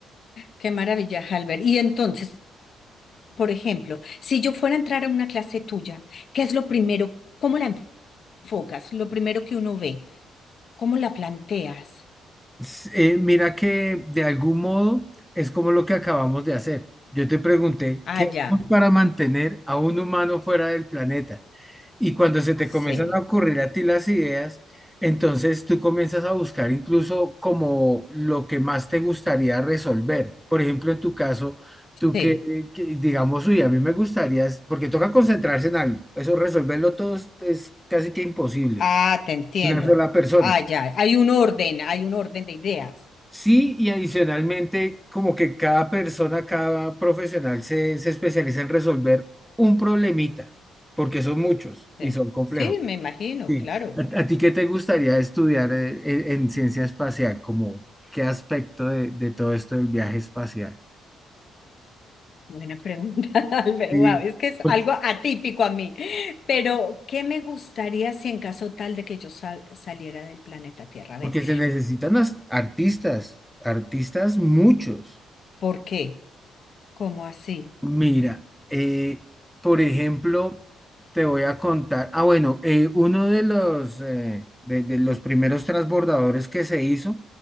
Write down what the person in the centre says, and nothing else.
S- eh, mira que de algún modo es como lo que acabamos de hacer. Yo te pregunté,
¿qué
hacemos para mantener a un humano fuera del planeta? Y cuando se te
comienzan a ocurrir a ti las ideas, entonces tú comienzas a buscar incluso como lo que más te gustaría resolver. Por ejemplo, en tu caso, tú
que, eh, que digamos, uy, a mí me gustaría, es- porque toca concentrarse en algo. Eso resolverlo todo es es casi que imposible,
una sola persona.
Sí, y adicionalmente, como que cada persona, cada profesional se, se especializa en resolver un problemita, porque son muchos
y son complejos.
Sí.
¿A, a ti qué te gustaría estudiar eh, en, en ciencia espacial? Como, ¿qué aspecto de, de todo esto del viaje espacial?
Sí,
porque,
porque se necesitan as- artistas, artistas muchos.
Mira, eh, por ejemplo, te voy a contar. Ah, bueno, eh, uno de los, eh, de, de los primeros transbordadores que se hizo,